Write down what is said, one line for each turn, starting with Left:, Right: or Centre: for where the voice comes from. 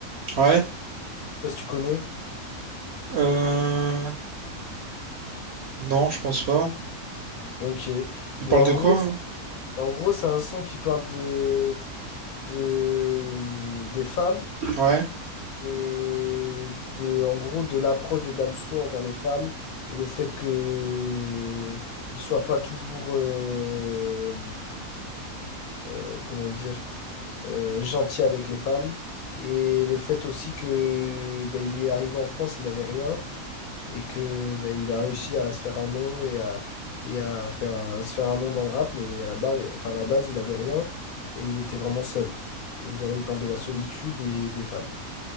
Right: Ouais.
Left: Je sais pas si tu connais.
Right: Euh... Non, je pense pas.
Left: Ok.
Right: Il
Left: Mais
Right: parle
Left: en
Right: de quoi?
Left: gros, c'est-
Right: hein
Left: en gros, c'est un son qui parle de, de, hum, des femmes.
Right: Ouais.
Left: et de, en gros de l'approche de Damso envers les femmes et le fait que il soit pas toujours euh, euh, comment dire euh, gentil avec les femmes et le fait aussi que bah, il est arrivé en France il avait rien et que bah, il a réussi à se faire un nom et à et à faire un- à se faire un nom dans le rap mais à la barre, enfin à la base il avait rien et il était vraiment seul donc voilà il parle de la solitude et des femmes